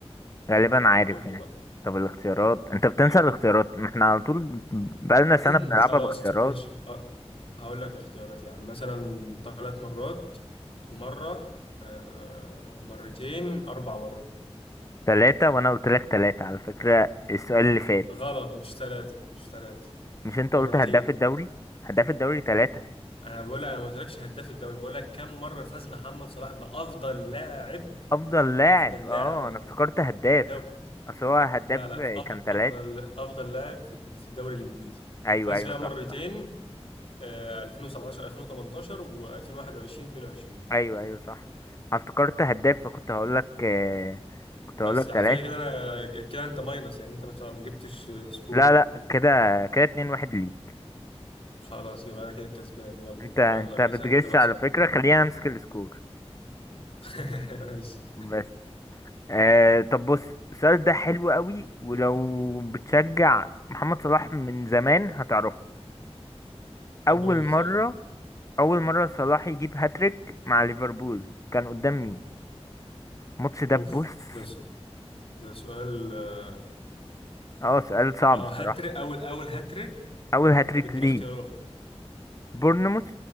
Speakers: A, on the left; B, on the left.
A: غالبا عارف
B: قول
A: يعني
B: لي بقى
A: طب الاختيارات انت بتنسى
B: ماشي.
A: الاختيارات ما احنا على طول بقالنا
B: <clears throat>
A: سنة بنلعبها
B: خلاص
A: باختيارات
B: ماشي أه، هقول لك اختيارات يعني مثلا ثلاث مرات مرة آه، آه، مرتين اربع مرات
A: ثلاثة وانا قلت لك ثلاثة على فكرة السؤال اللي فات
B: غلط مش ثلاثة مش ثلاثة
A: مش انت
B: مرتين
A: قلت هداف الدوري هداف الدوري ثلاثة
B: انا بقول لك انا ما قلتلكش هداف الدوري بقول لك كم مرة فاز محمد صلاح بافضل لاعب
A: افضل لاعب
B: افضل
A: اه
B: لاعب
A: انا افتكرت هداف
B: في الدوري
A: اصل هو هداف
B: لا لا في افضل
A: كان ثلاثة
B: افضل افضل لاعب في في الدوري الانجليزي
A: ايوه
B: فاز
A: ايوه
B: بيها مرتين
A: صح صح
B: آه، 2017 2018 و2021 22
A: ايوه ايوه صح أنا افتكرت هداف فكنت هقول لك آه، كنت
B: بس
A: هقول لك ثلاثة
B: على فكره كده انا ج- كده انت ماينس يعني انت ما خلاص ما جبتش آه، سكور
A: لا لا كده كده اتنين واحد ليك
B: خلاص يبقى انا كده كسبان يلا
A: انت انت
B: يلا
A: بتغش
B: اسال انت بقى
A: على
B: سؤال
A: فكرة خلينا امسك السكور
B: <laughs> ماشي
A: بس آه طب بص السؤال ده حلو قوي ولو بتشجع محمد صلاح من زمان هتعرفه
B: طب
A: اول
B: قول لي طيب
A: مره اول مره صلاح يجيب هاتريك مع ليفربول كان قدام مين الماتش ده
B: اوف
A: بص
B: ده سؤال ده سؤال اه
A: اه سؤال صعب
B: آه،
A: الصراحه
B: هاتريك اول اول هاتريك
A: اول هاتريك
B: طب اديني
A: ليه
B: اختيارات
A: بورنموث